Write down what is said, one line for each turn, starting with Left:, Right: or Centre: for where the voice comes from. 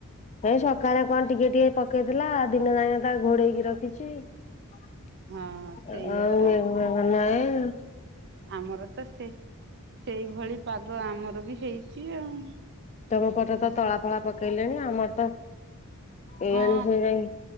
Left: ହଉ ସକାଳେ କଣ ଟିକେ ଟିକେ ପକେଇଥିଲା ଦିନ ଯାକ ତ ଘୋଡେଇକି ରଖିଛିଯ
Right: ହଁ ସେଇଆ
Left: ଆଉ
Right: ତ
Left: ନାଇଁ ହଁ
Right: ଆମର ତ ସେ ସେଇଭଳି ପାଗ ଆମର ବି ହେଇଛି। ଆଉ
Left: ତମ ପଟରେ ତ
Right: ଭଲ
Left: ତଳା ଫଳା ପକେଇଲେଣି ଆମର ତ ଏଇଆଣି
Right: ହଁ
Left: ସେ ଯାଇ